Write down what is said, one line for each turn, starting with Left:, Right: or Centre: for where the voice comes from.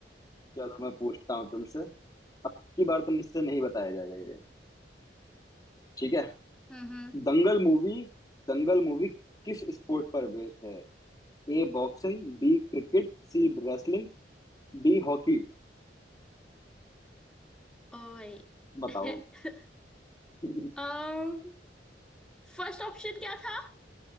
Left: चलो मैं पूछता हूँ तुमसे अब की बार तुमसे नहीं बताया जाएगा ये ठीक है
Centre: हम्म हम्म
Left: दंगल मूवी दंगल मूवी किस स्पोर्ट पर बेस्ड है A boxing B cricket C wrestling D hockey
Centre: ओए
Left: बताओ
Centre: <laughs>
Left: <laughs>
Centre: um फर्स्ट ऑप्शन क्या था